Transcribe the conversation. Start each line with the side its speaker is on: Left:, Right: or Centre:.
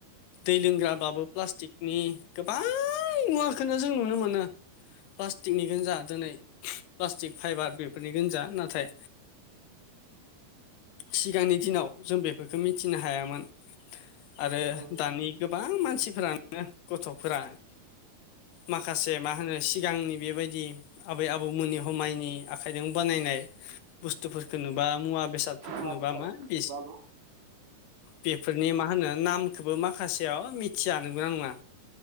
Left: दै लोंग्राबाबो प्लास्टिकनि गोबां मुवाखौनो जों नुनो मोनो। प्लास्टिकनिखौनो जा दिनै प्लास्टिक फाइबार बेफोरनि गोनजा। नाथाय सिगांनि दिनाव जों बेफोरखौ मिथिनो हायामोन। आरो
Right: औ
Left: दानि गोबां मानसिफोरानो गथ'फोरा माखासे मा होनो सिगांनि बेबायदि आबै आबौमोननि समायनि आखाइजों बानायनाय बुस्थुफोरफोरखौ नुबा मुवा बेसाद फोरखौ
Right: मुवा
Left: नुबा
Right: बेसादफोरखौ
Left: मा बेस
Right: नुबा मा
Left: बेफोरनि मा होनो नामखौबो माखासेयाव मिथियाानोंगौना नङा।